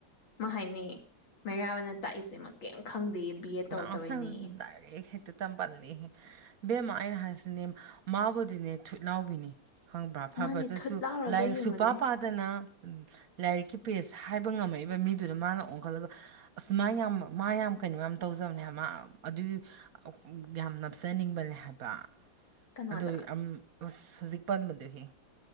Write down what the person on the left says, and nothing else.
ꯃꯥ ꯍꯥꯏꯅꯤ ꯃꯩꯔꯥꯕꯅ ꯇꯥꯛꯏꯁꯦꯃ ꯀꯩꯝ ꯈꯪꯗꯦ ꯕꯤ ꯑꯦ
ꯇꯧꯔꯛꯇꯕꯩꯅꯦ
ꯃꯥꯅꯦ ꯊꯨꯠ ꯂꯥꯎꯔꯒ
ꯌꯦꯡꯉꯨꯅꯦ
ꯀꯅꯥꯗ